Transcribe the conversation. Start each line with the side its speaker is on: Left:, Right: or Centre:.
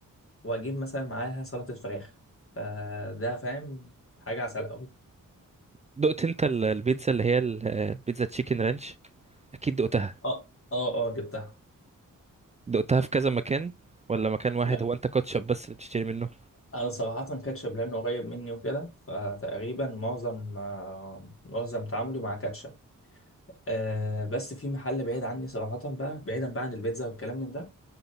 Left: وأجيب مثلا معاها سلطة فراخ فده فاهم حاجة عسل أوي
Right: دقت انت ال- البيتزا اللي هي ال- البيتزا تشيكن رانش اكيد دقتها
Left: أه أه أه جبتها
Right: دقتها في كذا مكان ولا مكان واحد
Left: لا
Right: هو انت كاتشب بس اللي بتشتري منه
Left: أنا صراحة كاتشب لأنه قريب مني وكده فتقريبا معظم آه، معظم تعاملي مع كاتشب آه بس في محل بعيد عني صراحة بقى بعيدا بقى عن البيتزا والكلام من ده